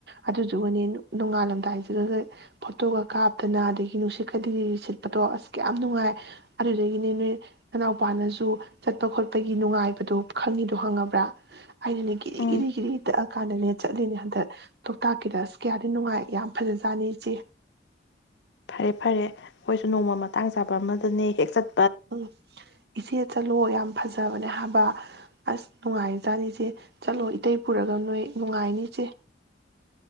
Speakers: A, on the right; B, on the left.
A: ꯑꯗꯨꯗꯨꯒꯅꯦ ꯅꯣꯡꯉꯥꯜꯂꯝꯗꯥꯏꯁꯤꯒ ꯐꯣꯇꯣꯒ ꯀꯥꯞꯇꯅ ꯑꯗꯒꯤ ꯅꯨꯡꯁꯤꯠꯀ ꯂꯤꯔꯤ ꯂꯤꯔꯤ ꯁꯤꯠꯄꯗꯣ ꯑꯁ ꯀꯌꯥꯝ ꯅꯨꯡꯉꯥꯏ ꯑꯗꯨꯗꯒꯤꯅꯦ ꯅꯣꯏ ꯅꯅꯥꯎꯄꯥꯅꯁꯨ ꯆꯠꯄ ꯈꯣꯠꯄꯒꯤ ꯅꯨꯡꯉꯥꯏꯕꯗꯣ ꯈꯪꯉꯤꯗꯣ ꯈꯪꯂꯕ꯭ꯔꯥ ꯑꯩꯅꯅꯦ ꯒꯔꯤ
B: ꯎꯝ
A: ꯒꯔꯤ ꯒꯔꯤ ꯇꯛꯑ ꯀꯥꯟꯗꯅꯦ ꯆꯠꯂꯤꯅꯦ ꯍꯟꯗꯛ ꯂꯣꯛꯇꯥꯛꯀꯤꯗ ꯑꯁ ꯀꯌꯥꯗꯤ ꯅꯨꯡꯉꯥꯏ ꯌꯥꯝ ꯐꯖꯖꯥꯠꯅꯤ ꯏꯆꯦ
B: ꯐꯔꯦ ꯐꯔꯦ ꯑꯩꯈꯣꯏꯁꯨ ꯅꯣꯡꯃ ꯃꯇꯥꯡ ꯆꯥꯕ ꯑꯃꯗꯅꯦ ꯍꯦꯛ ꯆꯠ
A: ꯎ ꯏꯆꯦ ꯆꯠꯂꯣ ꯌꯥꯝ ꯐꯖꯕꯅꯦ ꯍꯥꯏꯕ ꯑꯁ ꯅꯨꯡꯉꯥꯏꯖꯥꯠꯅꯤ ꯏꯁꯦ ꯆꯠꯂꯣ ꯏꯇꯩ ꯄꯨꯔꯒ ꯅꯣꯏ ꯅꯨꯡꯉꯥꯏꯅꯤ ꯏꯁꯦ꯫